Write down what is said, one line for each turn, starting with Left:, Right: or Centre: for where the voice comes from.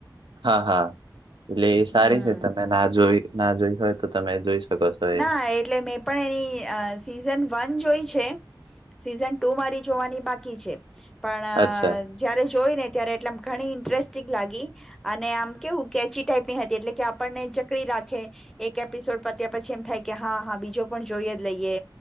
Right: હા હા એટલે એ સારી
Centre: હમ
Right: છે તમે ના જોઈ ના જોઈ હોય તો તમે જોઈ શકો. છો એ
Centre: ના એટલે મેં પણ એની અ સિઝન વન જોઈ છે. સીઝન ટુ મારી જોવાની બાકી છે પણ અં
Right: અચ્છા
Centre: જયારે જોઈ ને ત્યારે એટલે એમ ઘણી ઇન્ટરેસ્ટિંગ લાગી. અને આમ કેવું કેચી ટાઈપની હતી એટલે કે આપણને જકડી રાખે એક એપિસોડ. પત્યા પછી એમ થાય કે હા હા બીજો પણ જોઈએ જ લઈએ